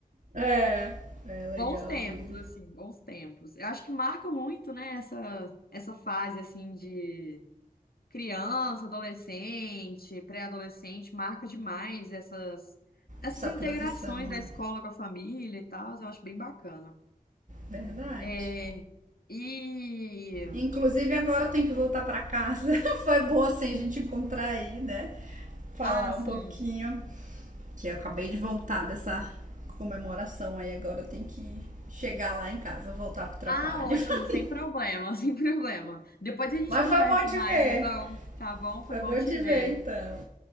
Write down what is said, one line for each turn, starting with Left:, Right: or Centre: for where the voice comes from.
Right: É, é legal
Left: Bons tempos,
Right: ele.
Left: assim, bons tempos. Eu acho que marcam muito, né? Essa, essa fase, assim, de criança, adolescente, pré-adolescente, marca demais essas, essas
Right: Essa
Left: integrações
Right: transição,
Left: da
Right: é
Left: escola com a família e tal, eu acho bem bacana.
Right: verdade.
Left: É, e.
Right: Inclusive agora eu tenho que voltar para casa. <laughs> Foi bom assim a gente encontrar aí, né? Falar
Left: Ah, sim.
Right: um pouquinho que eu acabei de voltar dessa comemoração aí, agora eu tenho que chegar lá em casa, voltar pro trabalho.
Left: Ah, ótimo,
Right: <laughs>
Left: sem problema, <laughs> sem problema. Depois a gente
Right: Mas
Left: conversa
Right: foi bom te
Left: mais,
Right: ver.
Left: então, tá bom? Foi
Right: Foi
Left: bom
Right: bom
Left: te
Right: te
Left: ver.
Right: ver então.